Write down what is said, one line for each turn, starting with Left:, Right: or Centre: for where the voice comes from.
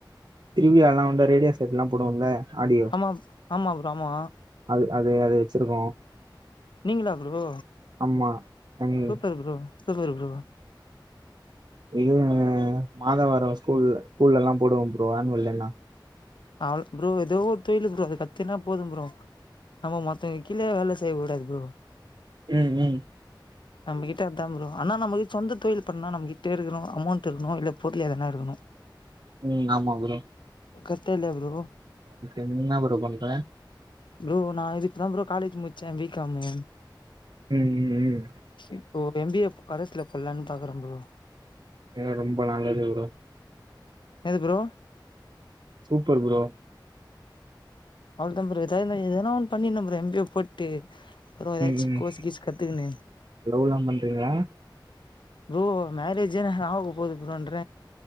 Right: திருவிழாலா வந்த ரேடியோ செட்லா போடுவோல்ல ஆடியோ
Left: ஆமா ஆமா ப்ரோ ஆமா
Right: அது அது அது வச்சிருக்கோ
Left: நீங்களா ப்ரோ
Right: ஆமா ம்
Left: சூப்பர் ப்ரோ சூப்பர் ப்ரோ
Right: இதுங்க மாதவரம் ஸ்கூல்ல ஸ்கூலலா போடுவோ ப்ரோ ஆனுவல் டேனா
Left: அவ்ல் ப்ரோ ஏதோ ஒரு தொழிலு ப்ரோ அது கத்துனா போது ப்ரோ நம்ம மத்தவைங் கீழே வேல செய்கூடாது ப்ரோ
Right: ம் ம்
Left: நம்மகிட்டே அதா ப்ரோ ஆனா நம்ம கிட்ட சொந்த தொழில் பண்ணா நம்கிட்டே இருக்குறோ அமௌண்ட் இருக்ணு இல பொருளு எதனா இருக்கணு
Right: ம் ஆமா ப்ரோ
Left: கரட்டா இல்லயா ப்ரோ
Right: என்னா ப்ரோ பண்ற
Left: ப்ரோ நா இதுக் தா ப்ரோ காலேஜ் முடிச்சே பி காமு
Right: ம் ம் ம்
Left: இப்போ எம் பி ஏ கரஸ்ல போட்லானு பாக்குறே ப்ரோ
Right: எ ரொம்ப நல்லது ப்ரோ
Left: எது ஃப்ரோ
Right: சூப்பர் ஃப்ரோ
Left: அவ்ளோ தா ஃப்ரோ எதாதுன எதனா ஒன்னு பண்ணினு ஃப்ரோ எம் பி ஏ போட்டு அப்றோ ஏதாச்
Right: ம் ம்
Left: கோர்ஸ் கீஸ் கத்துகுணு
Right: லவ்லா பண்றீங்களா
Left: ஃப்ரோ மேரேஜே எனகு ஆக போது ஃப்ரோன்ற